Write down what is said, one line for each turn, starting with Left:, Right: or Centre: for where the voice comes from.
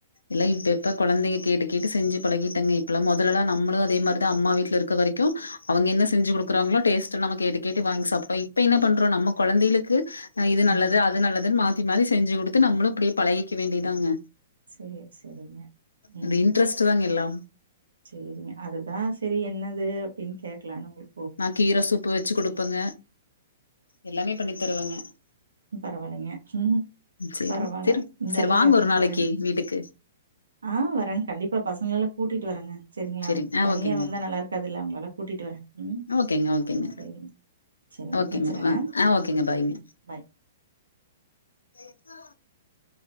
Left: இல்ல இப்ப எப்ப கொழந்தைங்க கேட்டு கேட்டு செஞ்சு பழகிட்டங்க இப்பல்லா மொதல்லலா நம்மளூ அதே மாரி தா அம்மா வீட்ல இருக்க வரீக்கூ அவங்க என்ன செஞ்சு குடுக்குறாங்களோ டேஸ்ட்டு நம்ம கேட்டு கேட்டு வாங்கி சாப்டோ இப்ப என்ன பண்றோ நம்ம கொழந்தைகளுக்கு அ இது நல்லது
Right: ம்.
Left: அது நல்லதுன் மாத்தி மாத்தி செஞ்சு குடுத்து நம்ளூ அப்டியே பழகிக் க்க வேண்டியதாங்க
Right: சேரி செரிங்க ம்
Left: இந்த இன்ட்ரெஸ்ட் தாங்க எல்லா
Right: சேரிங்க அதுதா ஸ் செரி என்னது அப்டின் கேட்கலான்னு உங்களுக்
Left: நான் கீர சூப்பு வச்சு குடுப்பேங்க எல்லாமே பண்ணி தருவேங்க
Right: பரவால்லைங்க ம்
Left: சேரி
Right: பரவால்ல
Left: சேரி
Right: இந்தளவு
Left: சேரி வாங்க
Right: எஃபெக்ட்
Left: ஒரு நாளைக்கு
Right: போட்றீங்க
Left: வீட்டுக்கு
Right: ஆ வரே கண்டிப்பா பசங்களலா கூட்டிகிட்டு வரேங்க செரிங்ளா
Left: சேரிங்க ஆ
Right: தனியா
Left: ஓகேங்க
Right: வந்தா
Left: ஓகே
Right: நல்லாருக்காதில்ல அதனால கூட்டிட்டு வரே ம்
Left: ஓகேங்க ஓகேங்க
Right: செரி செரிங்க
Left: ஓகேங்க
Right: வச்சுர்றே
Left: ஆ ஆ ஓகேங்க பாய்ங்க
Right: ம் பை
Left: <unintelligible>